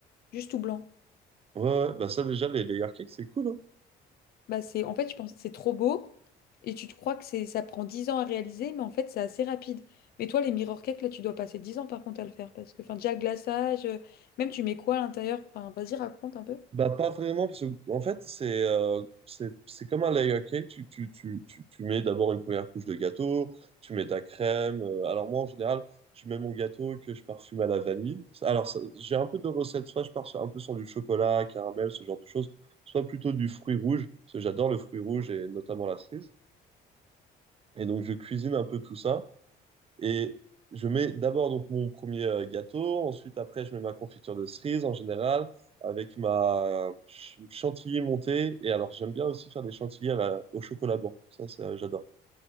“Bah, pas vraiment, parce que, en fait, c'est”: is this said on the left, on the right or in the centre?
Right